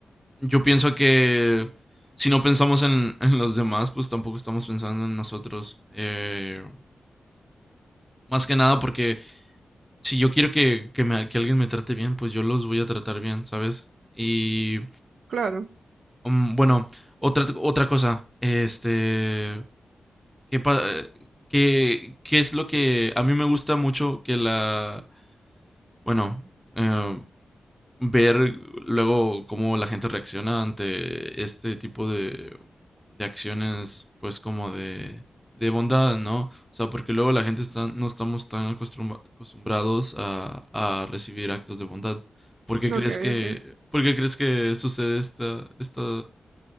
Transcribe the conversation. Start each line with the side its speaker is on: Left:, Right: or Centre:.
Centre: yo pienso que si no pensamos en, en los demás, pues tampoco estamos pensando en nosotros. Eh, más que nada porque si yo quiero que, que, me- que alguien me trate bien, pues yo los voy a tratar bien, ¿sabes? Y
Right: Claro,
Centre: Mm, bueno, otra, otra cosa, este, ¿qué, pa- eh, qué- qué es lo que a mí me gusta mucho que la, bueno, eh, ver luego cómo la gente reacciona ante este tipo de, de acciones, pues como de, de bondad, ¿no? O sea, porque luego la gente está, no estamos tan acostumbra- acostumbrados a, a recibir actos de bondad. ¿Por qué crees
Right: ok,
Centre: que,
Right: ok.
Centre: por qué crees que sucede esta, esta,